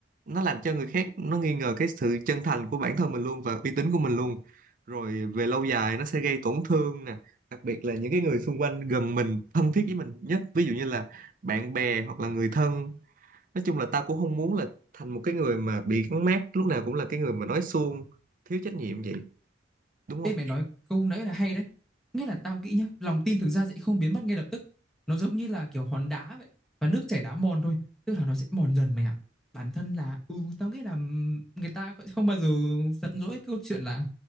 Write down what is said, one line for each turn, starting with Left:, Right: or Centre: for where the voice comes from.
Right: nó làm cho người khác nó nghi ngờ cái sự chân thành của bản thân mình luôn và uy tín của mình luôn rồi về lâu dài nó sẽ gây tổn thương nè đặc biệt là những cái người xung quanh gần mình thân thiết với mình nhất ví dụ như là bạn bè hoặc là người thân nói chung là tao cũng không muốn là thành một cái người mà bị gắn mác lúc nào cũng là cái người mà nói suông thiếu trách nhiệm vậy đúng không
Centre: Ê mày nói câu nãy là hay đấy Nghĩa là tao nghĩ nhá Lòng tin thực ra sẽ không biến mất ngay lập tức Nó giống như là kiểu hòn đá vậy Và nước chảy đá mòn thôi Tức là nó sẽ mòn dần mày ạ Bản thân là Ừ tao nghĩ là ừm, Người ta sẽ không bao giờ giận dỗi câu chuyện là